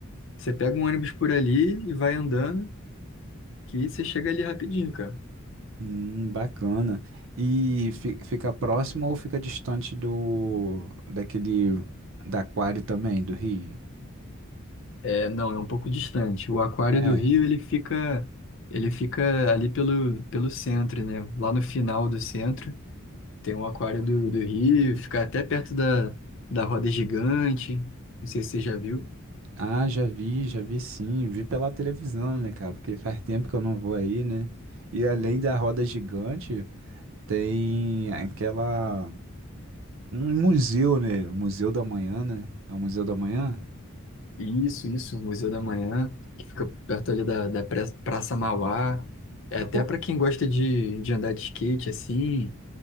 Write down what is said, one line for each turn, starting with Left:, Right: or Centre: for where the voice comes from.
Left: Você pega um ônibus por ali e vai andando, que você chega ali rapidinho, cara.
Right: Hum, bacana. E fi- fica próximo ou fica distante do daquele da aquário também, do Rio?
Left: É, não, é um pouco distante. O Aquário
Right: É.
Left: do Rio, ele fica. Ele fica ali pelo, pelo centro, né? Lá no final do centro. Tem o Aquário do, do Rio, fica até perto da, da roda gigante. Não sei se você já viu.
Right: Ah, já vi, já vi sim, vi pela televisão, né, cara? Porque faz tempo que eu não vou aí, né? E além da roda gigante, tem aquela um museu, né? O Museu da Manhã, né? É o Museu da Manhã?
Left: Isso, isso, Museu da Manhã, que fica perto ali da, da pra- Praça Mauá. É até
Right: Ô,
Left: para quem gosta de, de andar de skate assim,